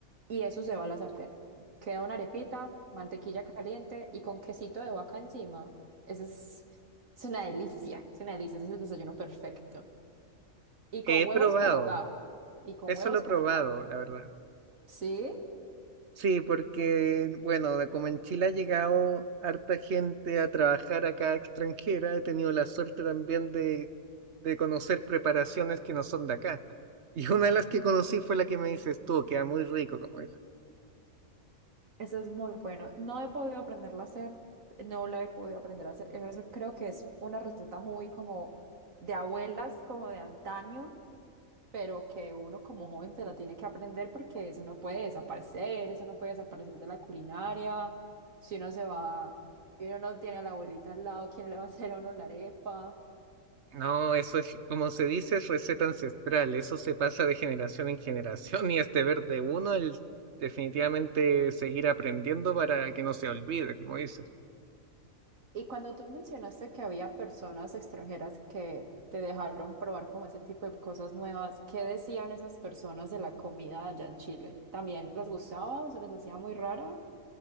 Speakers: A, on the right (about 70°); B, on the right (about 55°).
A: y eso se va a la sartén. Queda una arepita, mantequilla caliente y con quesito de vaca encima. Ese es es una delicia, es una delicia, ese es el desayuno perfecto. Y con
B: He
A: huevos
B: probado,
A: con hogao. Y con
B: eso
A: huevos
B: lo he
A: con
B: probado,
A: hogao.
B: la verdad.
A: Sí,
B: Sí, porque, bueno, de como en Chile ha llegado harta gente a trabajar acá extranjera, he tenido la suerte también de, de conocer preparaciones que no son de acá. <laughs> Y una de las que conocí fue la que me dices tú, queda muy rico, como
A: eso es muy bueno. No he podido aprenderla a hacer, no la he podido aprender a hacer. Eso creo que es una receta muy como de abuelas, como de antaño, pero que uno como joven se la tiene que aprender porque eso no puede desaparecer, eso no puede desaparecer de la culinaria. Si uno se va y uno no tiene a la abuelita al lado, ¿quién le va a hacer a uno la arepa?
B: No, eso es, como se dice, es receta ancestral. Eso se pasa de generación en generación y es deber de uno el definitivamente seguir aprendiendo para que no se olvide, como dices.
A: Y cuando tú mencionaste que había personas extranjeras que te dejaron probar como ese tipo de cosas nuevas, ¿qué decían esas personas de la comida allá en Chile? ¿También les gustaba o se les hacía muy rara?